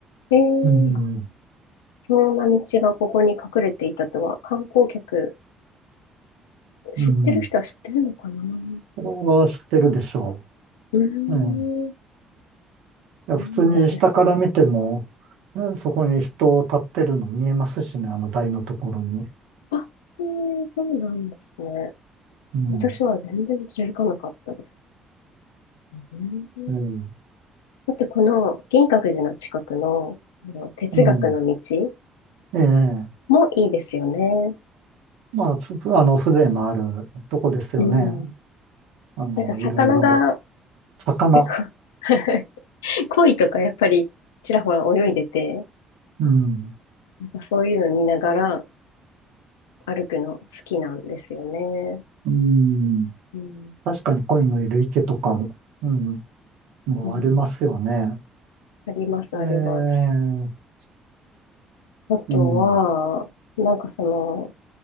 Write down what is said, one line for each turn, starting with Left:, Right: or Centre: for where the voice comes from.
Left: えー、
Right: うん。
Left: そんな道がここに隠れていたとは、観光客、知ってる人は知ってるのかなう
Right: うん。これは知ってるでしょ
Left: ーん、
Right: う。うん。い
Left: そうなんですね。
Right: や、普通に下から見ても、ねそこに人立ってるの見えますしね、あの台のところに。
Left: あ、えー、そうなんですね。
Right: うん。
Left: 私は全然気づかなかったです。うん
Right: ええ
Left: あと、この銀閣寺の近くの、あの哲学の道
Right: うん。ええ
Left: もいいですよね。
Right: まあ、ふあの、風情のあるとこですよね。
Left: うん。
Right: あの、
Left: なんか魚が、
Right: いろいろ、魚、
Left: なんか <laughs> 鯉とかやっぱりちらほら泳いでて、
Right: うん、
Left: なんかそういうの見ながら歩くの好きなんですよね。
Right: うん、
Left: うん。
Right: 確かに鯉のいる池とかも、うん、もうありますよね。
Left: うん。あります、
Right: ええ、
Left: あります。あとは、
Right: うん、
Left: なんかその、